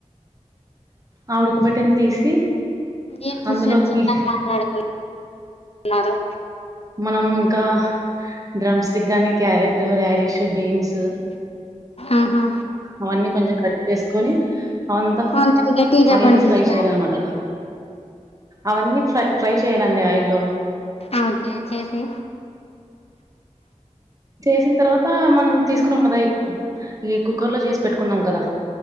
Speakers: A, on the right; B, on the left.
A: ఆ ఉడక బెట్టింది తీసి
B: ఏం సిస్టర్
A: అందులోకి
B: చిన్నగా మాట్లాడుతు న్నారు
A: మనం ఇంకా డ్రమ్ స్టిక్ గాని క్యారెట్, ర్యాడశ్, బీన్స్ తు
B: ఆహా
A: అవన్నీ కొంచెం కట్ చేసుకొని అంత
B: కొంచెం గట్టిగా చెప్పండి
A: ఆయిల్లో ఫ్రై
B: సిస్టర్
A: చేయ్యాల అనమాట అవన్నీ ఫ్రై ఫ్రై చేయాలండి ఆయిల్లో
B: ఓకే చేసి
A: చేసిన తర్వాత మనం తీసుకున్నాం కదా ఈ కుక్కర్ లో చేసి పెట్టుకున్నాం కదా